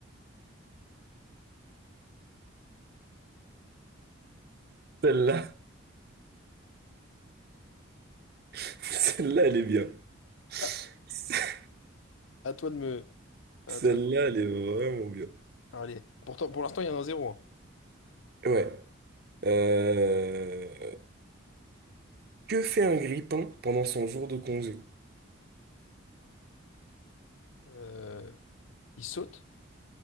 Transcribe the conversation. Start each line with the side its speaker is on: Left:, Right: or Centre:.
Right: Celle-là, <laughs> celle-là, elle est bien. <laughs>
Left: Ah, à toi de me. À
Right: Celle-là,
Left: toi de-
Right: elle est vraiment bien.
Left: Allez, pourtant, pour l'instant, il y en a un zéro. hein.
Right: Ouais. Euh, Que fait un grille-pain pendant son jour de congé?
Left: Euh, il saute?